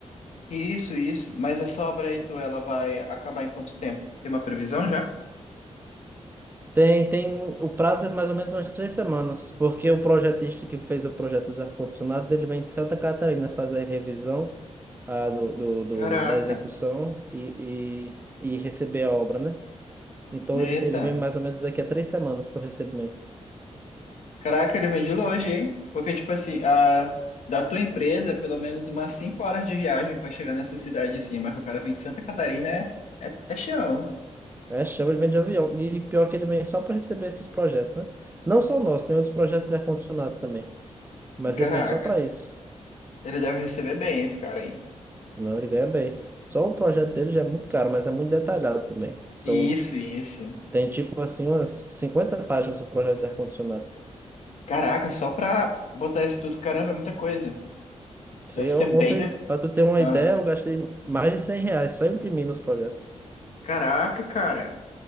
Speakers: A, on the left (about 70°); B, on the right (about 15°).
A: E Isso, isso. Mas essa obra aí, tu, ela vai acabar em quanto tempo? Tem uma previsão já?
B: Tem, tem, o prazo é mais ou menos umas três semanas, porque o projetista que fez o projeto dos ar-condicionados, ele vem de Santa Catarina fazer a revisão ah, do, do, do-
A: Caraca.
B: da execução e, e, e receber a obra, né? Então
A: Eita.
B: ele ele vem mais ou menos daqui a três semanas para o recebimento.
A: Caraca, ele vem de longe, hein? Porque, tipo assim, a... da tua empresa, pelo menos umas 5 horas de viagem pra chegar nessa cidadezinha. Mas o cara vem de Santa Catarina, é, é, é chão.
B: É, chama, ele vem de avião. E pior que ele vem só para receber esses projetos, né? Não só nós, tem outros projetos de ar-condicionado também. Mas
A: Caraca.
B: ele vem só para isso.
A: Ele deve receber bem esse cara aí.
B: Não, ele ganha bem. Só o projeto dele já é muito caro, mas é muito detalhado também. São,
A: Isso, isso.
B: tem tipo assim umas 50 páginas do projeto de ar-condicionado.
A: Caraca, só pra botar isso tudo, caramba, é muita coisa.
B: Se
A: Deve
B: eu-
A: ser bem.
B: Ontem,
A: De...
B: para tu ter uma
A: Ah,
B: ideia, eu gastei mais de 100 reais só imprimindo os projetos.
A: caraca, cara.